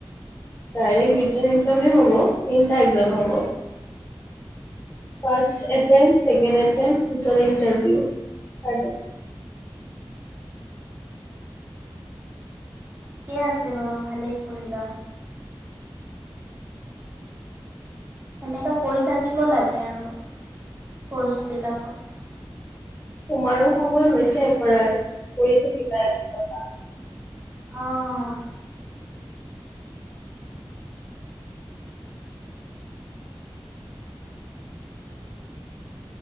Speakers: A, on the left; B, on the right.
A: ডাইৰেক্ট ৰিটেন এক্সামেই হ'ব, তিনিটা এক্সাম হ'ব। ফাৰ্ষ্ট এটেম্ট, ছেকেণ্ড এটেম্ট, পিছত ইণ্টাৰভিউ, থাৰ্ড এটেম্ট।
B: ঠিকে আছে বাৰু, ভালেই কৰিলা। সেনেকা কৰি থাকিব লাগে আৰু, প'ষ্টবিলাকত।
A: তোমাৰো সময় হৈছে কৰাৰ, কৰি থাকিবা এফালৰ পৰা।
B: অ'।